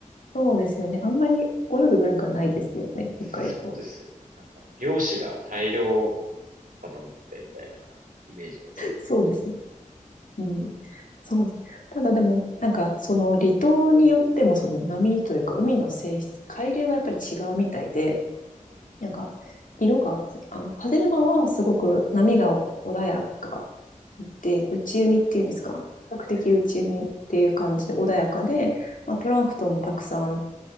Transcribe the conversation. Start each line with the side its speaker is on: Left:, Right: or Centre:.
Left: そうですよね。あんまり泳ぐ文化ないですよね、
Right: そうですよね。
Left: 北海道。
Right: なんか、漁師が大量肩持ってみたいなイメージが強いです
Left: そうですよ。うん。そうです。ただでも、なんか、その離島によっても、その波というか、海の性質、海流がやっぱり違うみたいで、
Right: ね。
Left: なんか、色が、あの、ハゼルマはすごく波が穏やかで、内海っていうんですか、比較的内海っていう感じで穏やかで、
Right: ええ、
Left: まあ、プランクトンもたくさん、
Right: ええ、